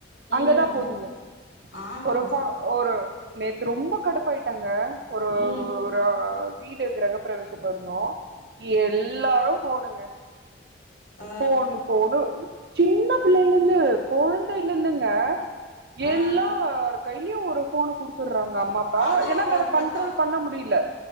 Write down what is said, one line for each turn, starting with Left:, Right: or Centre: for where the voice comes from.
Right: அங்கதா
Left: ம்
Right: போதுங்க
Left: ஆமாங்க
Right: ஒரு ஃப ஒரு நேத்து ரொம்ப கடுப்பாயிட்டேங்க ஒரு
Left: ம்
Right: ஒரு வீடு கிரகபிரவேச பண்ணோ எல்லாரு போணுங்க
Left: ஆ
Right: ஃபோன்னு ஃபோன்னு சின்ன பிள்ளைளந்து கொழந்தையிலிருந்துங்க எல்லார்
Left: ஆ
Right: கைலியு ஒரு ஃபோன்ன குடுத்துற்றாங்க அம்மா அப்பா
Left: அதுவு
Right: ஏன்னா
Left: ஒரு
Right: வேற
Left: பெத்தவ்
Right: கண்ட்ரோல் பண்ண முடியில